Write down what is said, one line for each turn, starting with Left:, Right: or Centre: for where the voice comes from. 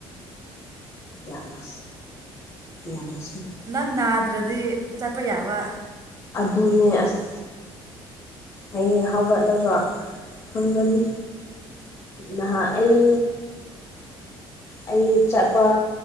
Left: ꯌꯥꯅ ꯌꯥꯅ
Right: ꯅꯪ ꯅꯥꯗ꯭ꯔꯗꯤ ꯆꯠꯄ ꯌꯥꯕ
Left: ꯑꯗꯨꯅꯦ ꯑꯁ ꯍꯡ ꯍꯧꯒꯠꯂꯒ ꯈꯪꯒꯅꯤ ꯅꯍꯥꯛ ꯑꯩ ꯑꯩ ꯆꯠꯄ